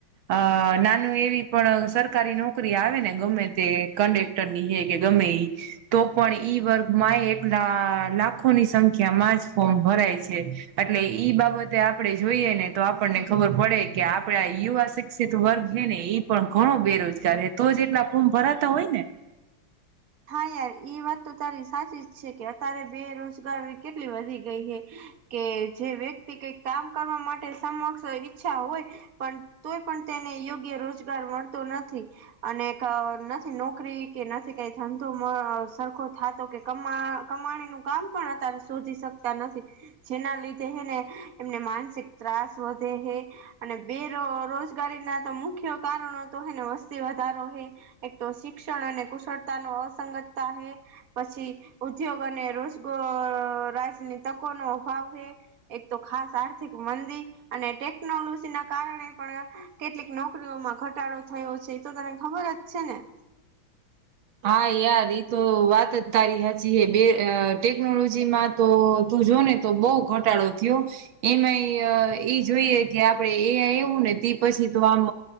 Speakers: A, on the right (about 80°); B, on the right (about 45°).
A: અ નાનું એવી પણ સરકારી નોકરી આવે ને ગમે તે કન્ડેક્ટર ની હે કે ગમે ઈ તો પણ ઈ વર્ગમાં એટલા લાખોની સંખ્યા માં જ ફોર્મ ભરાય છે. એટલે ઈ બાબતે આપણે જોઈએ ને તો આપણને ખબર પડે કે આપે ઈ યુવા શિક્ષિત વર્ગ હે ને ઈ પણ ઘણો બેરોજગાર હે તો જ એટલા ફોર્મ ભરાતા હોય ને
B: હા યાર એ વાત તો તારી સાચી જ છે કે અત્યારે બેરોજગારી કેટલી વધી ગઈ હે કે જે વ્યક્તિ કઈક કામ કરવા માટે સમક્ષ ઈચ્છા હોય પણ તોય પણ તેને યોગ્ય રોજગાર મળતો નથી. અને ક નથી નોકરી કે નથી કે ધંધો મ સરખો થાતો કે કેમા કમાણી નું કામ પણ અતારે શોધી શકતા નથી. જેના લીધે હેને એમને માનસિક ત્રાસ વધે હે. અને બેરોજગારી ના તો મુખ્ય કારણો તો હેને વસ્તી વધારો હે. એક તો શિક્ષણ અને કુશળતા નો અસંગતતા હે પછી ઉદ્યોગ અને રોજ અ રાજની તકો નો અભાવ હે. એક તો ખાસ આર્થિક મંદી. અને ટેકનોલોજી ના કારણે પણ કેટલીક નોકરીઓમાં ઘટાડો થયો છે એ તો તને ખબર જ છે ને?
A: હા યાર એ તો વાત જ તારી હાચી હ બે અ ટેકનોલોજી માં તો તું જો ને તો બહુ ઘટાડો થ્યો. એમાં ઈ ઈ જોઈએ કે આપડે એ આઈ એવું ને તે પછી તો આમ